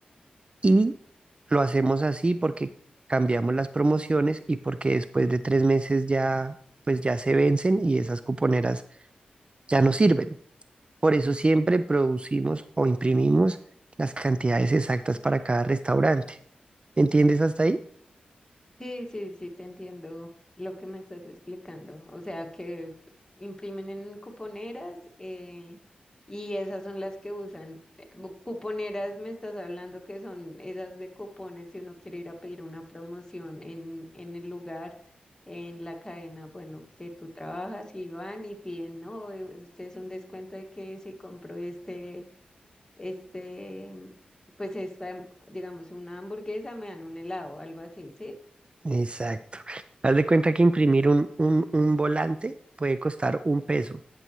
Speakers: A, on the right; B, on the left.
A: Y lo hacemos así porque cambiamos las promociones y porque después de tres meses ya, pues ya se vencen y esas cuponeras ya no sirven. Por eso siempre producimos o imprimimos las cantidades exactas para cada restaurante. ¿Entiendes hasta ahí?
B: Sí, sí, sí, te entiendo lo que me estás explicando. O sea, que imprimen en cuponeras eh, y esas son las que usan. Eh, bu- Cuponeras me estás hablando que son esas de cupones si uno quiere ir a pedir una promoción en, en el lugar, en la cadena, bueno, que tú trabajas y van y piden, no, eh, este es un descuento de que si compro este, este, pues esta, digamos, una hamburguesa, me dan un helado, algo así, ¿sí?
A: Exacto. Haz de cuenta que imprimir un, un, un volante puede costar un peso,